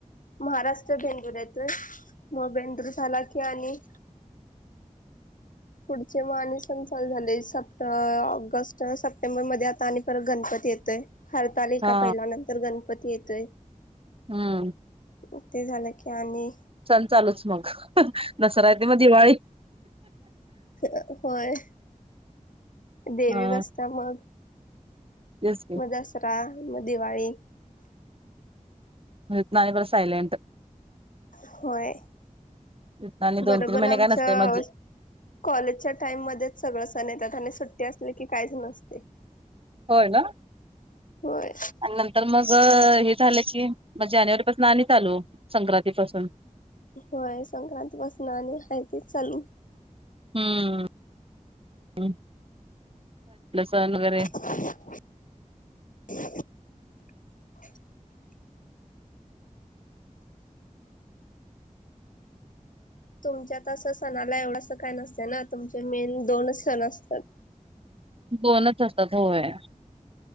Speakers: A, on the left; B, on the right.
A: महाराष्ट्र बेंदूर येतय मग बेंदूर झाला की आणि पुढचे मग आणि सण चालू झाले सप्ट ऑगस्ट, सप्टेंबर मध्ये आता आणि परत गणपती येतोय हरतालीका
B: हा
A: पहिला नंतर गणपती येतोय.
B: हम्म.
A: मग ते झालं की आणि
B: सण चालूच मग, दसरा येते मग दिवाळी.
A: अ होय. देवी
B: हा
A: बसत्या मग.
B: तेच की.
A: मग दसरा मग दिवाळी.
B: म तिथनं आणि परत सायलेंट.
A: होय,
B: इथन आणि दोन
A: बरोबर
B: तीन महिने
A: आमचं
B: काय नसते मजी
A: कॉलेजच्या टाइम मध्येच सगळं सण येतात आणि सुट्टी असली की काहीच नसतंय.
B: होय ना.
A: होय
B: आणि नंतर मग अ हे झालं की, मग जानेवारी पाासून आणि चालू संक्रांतीपसून.
A: होय, संक्रांतीपासनं आणि हाय तिच चालू.
B: हम्म, <unintelligible> सण वगैरे.
A: <inaudible> तुमच्यात असं सणाला एवढंस काय नसतं ना, तुमचे मेन दोनच सण असतात.
B: दोनच असतात होय,